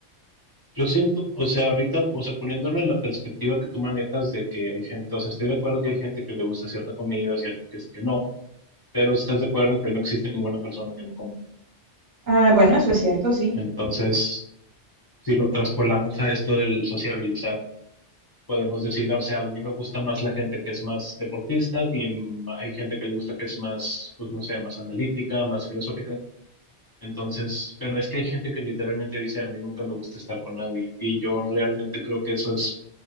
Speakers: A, on the left; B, on the right.
A: Yo siento, o sea, ahorita, o sea, poniéndolo en la perspectiva que tú manejas de que hay gente, o sea, estoy de acuerdo que hay gente que le gusta cierta comida, cierta que, sí, que no, pero estás de acuerdo en que no existe ninguna persona que no coma.
B: Ah, bueno, eso es cierto, sí.
A: Entonces, si lo traspolamos a esto del sociabilizar, podemos decir, o sea, a mí me gusta más la gente que es más deportista y mm, hay gente que le gusta que es más, pues no sé, más analítica, más filosófica. Entonces, pero es que hay gente que literalmente dice, a mí nunca me gusta estar con nadie y yo realmente creo que eso es